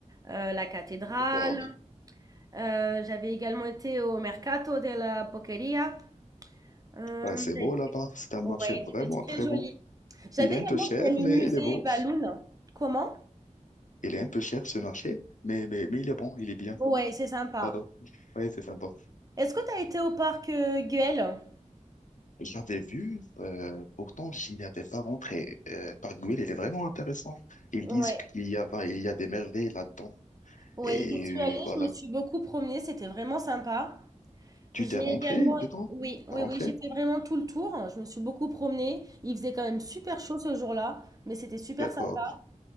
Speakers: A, on the right; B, on the left.
A: euh, la cathédrale,
B: d'accord.
A: euh, j'avais également été au Mercato de la Boqueria. Euh,
B: Ouais, c'est
A: j'avais-
B: beau là-bas. C'est un
A: ouais,
B: marché vraiment
A: c'était très
B: très
A: joli.
B: beau.
A: J'avais
B: Il est un
A: également
B: peu cher,
A: fait le
B: mais
A: musée
B: il est beau.
A: Balloon. Comment?
B: Il est un peu cher ce marché, mais, mais, mais il est bon, il est bien.
A: Ouais, c'est sympa.
B: Pardon. Oui, c'est sympa.
A: Est-ce que tu as été au parc euh, Güell?
B: J'avais vu, euh, pourtant j'y avais pas rentré. Euh, par il est vraiment intéressant. Ils
A: Ouais,
B: disent qu'il y a, va- il y a des merveilles là-dedans.
A: ouais,
B: Et
A: j'y suis
B: euh,
A: allée,
B: voilà.
A: je me suis beaucoup promenée, c'était vraiment sympa.
B: Tu
A: J'ai
B: t'es rentré
A: également,
B: dedans?
A: oui, oui,
B: T'as rentré?
A: oui, j'ai fait vraiment tout le tour. Je me suis beaucoup promenée. Il faisait quand même super chaud ce jour-là, mais c'était super
B: D'accord.
A: sympa.